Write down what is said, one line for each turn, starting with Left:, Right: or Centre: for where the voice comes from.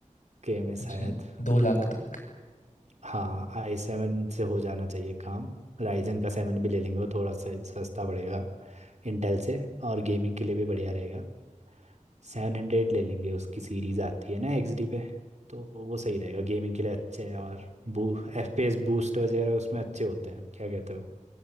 Right: के में शायद
Left: अच्छा दो लाख तक
Right: हाँ आई सेवन से हो जाना चाहिए काम राइजन का सेवन भी ले लेंगे वो थोड़ा सा सस्ता पड़ेगा इंटेल से और गेमिंग के लिए भी बढ़िया रहेगा सेवन हंड्रेड ले लेंगे उसकी सीरीज आती है ना एक्सडी पे तो वो सही रहेगा गेमिंग के लिए अच्छा है और बू एफपीएस बूस्ट वगैरह उसमें अच्छे होते हैं क्या कहते हो